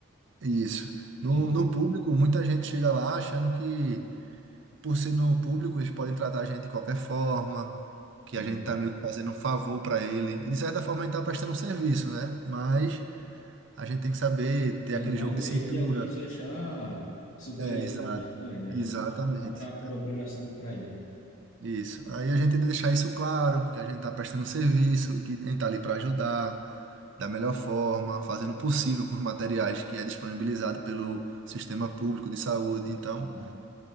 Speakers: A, on the right; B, on the left.
A: isso.
B: entendi.
A: No, no público, muita gente chega lá achando que, por ser no público, eles podem tratar a gente de qualquer forma, que
B: Uhum.
A: a gente tá meio que fazendo um favor para ele. E de certa forma a gente tá prestando um serviço, né? Mas a gente tem que saber ter
B: Não
A: aquele
B: dá
A: jogo
B: o direito
A: de cintura.
B: de alguém se achar superior
A: É, exato.
B: a isso, né? velho?
A: Exatamente.
B: A gente a gente não é pra, por obrigação para ele.
A: Isso. Aí a gente tenta deixar isso claro, que a gente tá prestando serviço, que a gente tá ali para ajudar, da melhor forma, fazendo o possível com os materiais que é disponibilizado pelo sistema público de saúde. Então,
B: Aham.